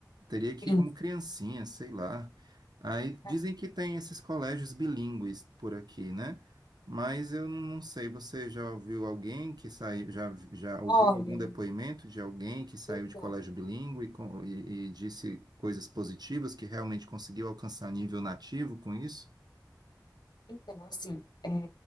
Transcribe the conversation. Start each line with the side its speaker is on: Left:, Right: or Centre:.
Right: Teria que
Left: Sim,
Right: ir como criancinha, sei lá. Aí dizem
Left: cara.
Right: que tem esses colégios bilíngues por aqui, né? Mas eu não sei, você já ouviu alguém que saiu, já, já ouviu
Left: Olha,
Right: algum depoimento de alguém que saiu
Left: então,
Right: de colégio bilíngue e, com- e e disse coisas positivas, que realmente conseguiu alcançar nível nativo com isso?
Left: então assim, é,